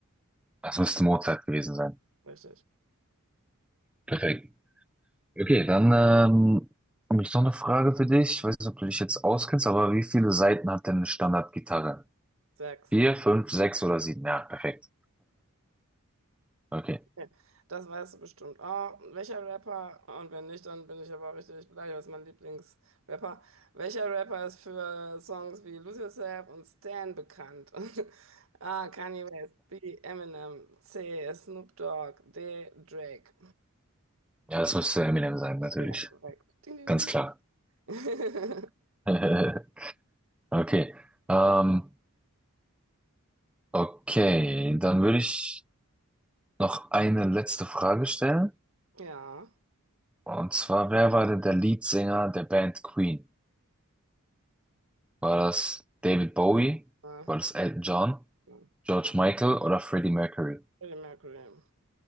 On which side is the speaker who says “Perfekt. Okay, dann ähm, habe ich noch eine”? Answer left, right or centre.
Centre